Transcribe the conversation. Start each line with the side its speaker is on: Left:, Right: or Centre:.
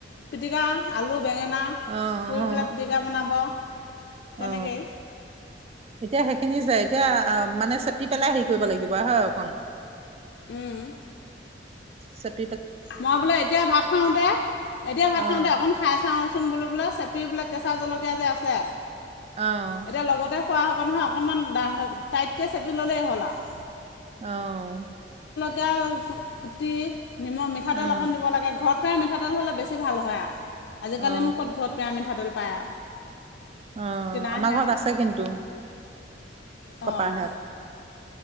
Left: পিটিকা আলু বেঙেনা
Right: অ
Left: পুৰি
Right: অ
Left: পেলাই পিটিকা বনাব তেনেকেই
Right: অ এতিয়া সেইখিনি যাই এতিয়া মানে চেপি পেলাই হেৰি কৰিব লাগিব হয় অকণ
Left: উম
Right: সত
Left: মই বোলে এতিয়া ভাত খাওঁতে এতিয়া ভাত
Right: অ
Left: খাওঁতে অকন খাই চাওঁচোন বো বোলে চেপি বোলে কেঁচা জলকীয়া যে আছে
Right: আহ
Left: এতিয়া লগতে খোৱা হ'ব নহয় অকণমান ড টাইটকৈ চেপি ল'লেই হ'ল আৰু
Right: আহ
Left: গা গুটি নিমখ মিঠাতেল
Right: অ
Left: অকণ দিব লাগে ঘৰত ায় মিঠাতেল হ'লে বেছি ভাল হয় আৰু আজিকালিনো
Right: অ
Left: ক'ত ঘৰত পায় আমিাতেল পায়।
Right: অ',
Left: কিনাহে
Right: আমাৰ ঘৰত
Left: আৰু
Right: আছে কিন্তু। কপাহ
Left: অঁ
Right: হাত।